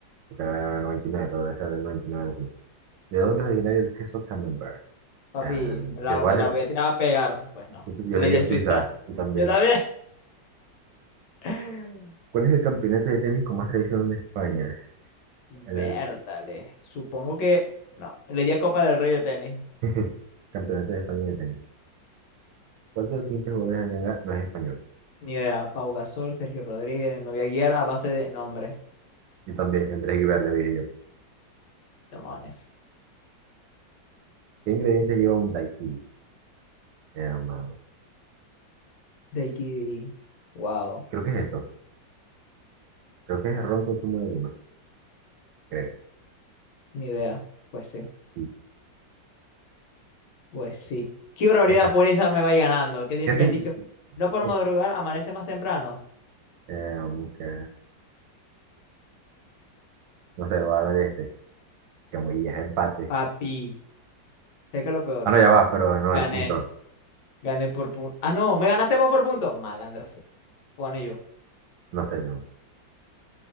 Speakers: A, on the right; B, on the left.
A: Porque era del noventa y nueve pero debe ser del noventa y nueve a dos mil ¿De dónde es originario el queso Camembert?
B: Papi,
A: Ah,
B: me la,
A: yo, lo voy a
B: la
A: hacer-
B: voy a tirar a pegar. Pues no,
A: yo pues, yo
B: le
A: le di
B: di
A: a
B: a
A: Suiza.
B: Suiza.
A: Yo también.
B: Yo también. <laughs>
A: ¿Cuál es el campeonato de tenis con más tradición de España?
B: Bertale.
A: El
B: Supongo que. No. Le di a Copa del Rey de tenis.
A: <laughs> Campeonato de España de tenis. ¿Cuál de los siguientes jugadores de la NBA no es español?
B: Ni idea. Pau Gasol, Sergio Rodríguez. Me voy a guiar a base de nombres.
A: Yo también, Andrés Guibar, le dije yo.
B: Demonios.
A: ¿Qué ingredientes lleva un daiquiri? Eh, mano,
B: Daiquiri. Wow.
A: Creo que es esto. Creo que es ron con zumo de lima, creo.
B: Ni idea. Pues sí.
A: Sí,
B: Pues sí. Qué probabilidad
A: esta.
B: por esa me vaya ganando. ¿Qué significa
A: ¿Qué sin...
B: el dicho? No por
A: no.
B: madrugar, amanece más temprano.
A: Eh, um, que- no sé, voy a dar este. Que muy es empate.
B: Papi. Sé que es lo peor.
A: Ah, no, ya va, pero no,
B: Gané.
A: los puntos.
B: Gané por punto. Ah, no. Me ganaste vos por punto. Malandra. sea. Pone yo.
A: No sé, yo.